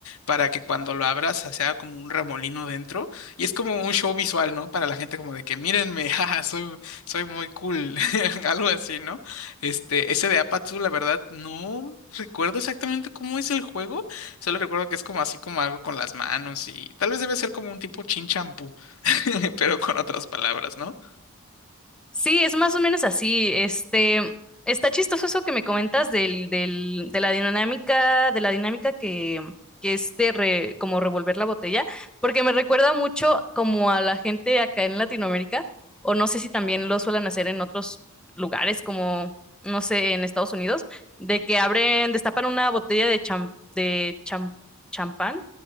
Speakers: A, on the left (about 75°); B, in the centre.
A: para que cuando lo abras sea como un remolino dentro y es como un show visual, ¿no? Para la gente como de que mírenme, <laughs> jaja, soy, soy muy cool, <laughs> algo así, ¿no? Este, ese de Apatsu, la verdad, no recuerdo exactamente cómo es el juego, solo recuerdo que es como así como algo con las manos y tal vez debe ser como un tipo chin champú, <laughs> pero con otras palabras, ¿no?
B: Sí, es más o menos así. Este, está chistoso eso que me comentas del, del, de la dinámica, de la dinámica que, que es de re- como revolver la botella, porque me recuerda mucho como a la gente acá en Latinoamérica, o no sé si también lo suelen hacer en otros lugares, como, no sé, en Estados Unidos, de que abren, destapan una botella de cham- de cham- champán